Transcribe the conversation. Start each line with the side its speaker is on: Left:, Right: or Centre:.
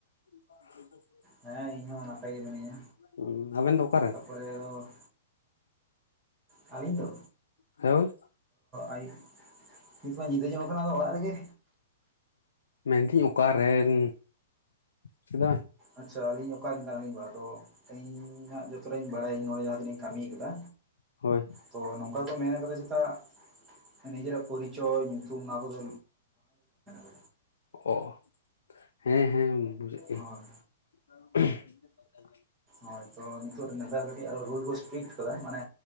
Left: <unintelligible>
Right: ᱦᱮᱸ ᱤᱧ ᱦᱚᱸ ᱱᱟᱯᱟᱭ ᱜᱮ ᱢᱤᱱᱟᱹᱧᱟ᱾
Left: ᱦᱩ. ᱟᱵᱮᱱ ᱫᱚ ᱚᱠᱟᱨᱮᱱ
Right: ᱛᱟᱯᱚᱨᱮ ᱟᱫᱚ ᱟᱹᱞᱤᱧ ᱫᱚ
Left: ᱦᱳᱭ
Right: ᱟᱭᱩ ᱠᱤ ᱟᱛᱵᱳ ᱧᱤᱫᱟᱹ ᱡᱚᱝ ᱠᱟᱱᱟ ᱟᱫᱚ ᱚᱲᱟᱜ ᱨᱮᱜᱮᱼᱼ
Left: ᱢᱮᱱᱫᱟᱹᱧ ᱚᱠᱟᱨᱮᱱ ᱪᱟ
Right: ᱟᱪᱷᱟ ᱟᱞᱤᱧ ᱚᱠᱟ ᱨᱮᱱ ᱠᱟᱱᱟ ᱞᱤᱝ ᱵᱟᱝ ᱟᱫᱚ ᱤᱧ ᱦᱟᱸᱜ ᱡᱚᱛᱚ ᱨᱤᱧ ᱵᱟᱲᱟᱭᱟ ᱱᱚᱰᱮ ᱡᱟᱦᱟᱸ ᱛᱤᱱᱟᱹᱜ ᱤᱧ ᱠᱟᱹᱢᱤᱭ ᱟᱠᱟᱫᱟ᱾
Left: ᱦᱳᱭ
Right: ᱛᱚ ᱱᱚᱝᱠᱟ ᱠᱚ ᱢᱮᱱ ᱠᱟᱫᱟ ᱪᱮᱫᱟᱜ ᱱᱤᱡᱮᱨᱟᱜ ᱯᱚᱨᱤᱪᱚᱭ ᱧᱩᱛᱩᱢ ᱱᱚᱣᱟ ᱠᱚᱫᱚᱼᱼ <inaudible>
Left: ᱚ ᱦᱮᱸ ᱦᱮᱸ ᱵᱩᱡ ᱜᱮ
Right: ᱦᱳᱭ
Left: <unintelligible>
Right: ᱦᱳᱭ ᱛᱳ ᱱᱤᱛᱚᱜ ᱨᱮᱱ ᱱᱮᱛᱟᱨ ᱠᱟᱹᱴᱤᱡ ᱟᱨᱚ ᱨᱩᱞ ᱠᱚ ᱥᱴᱨᱤᱠ ᱠᱟᱫᱟ ᱢᱟᱱᱮᱼᱼ